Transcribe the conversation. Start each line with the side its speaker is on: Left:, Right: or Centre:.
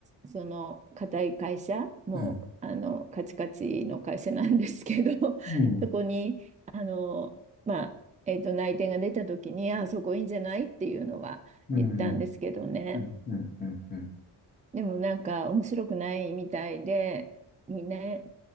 Right: その固い会社、もうあのカチカチの会社なんですけど、
Left: うん。うん。
Right: <laughs> そこにあの、まあえーと、内定が出た時に、あ、そこいいんじゃないっていうのは言ったんですけどね。
Left: うん。うん。うん。うん。うんうん
Right: でもなんか面白くないみたいで、2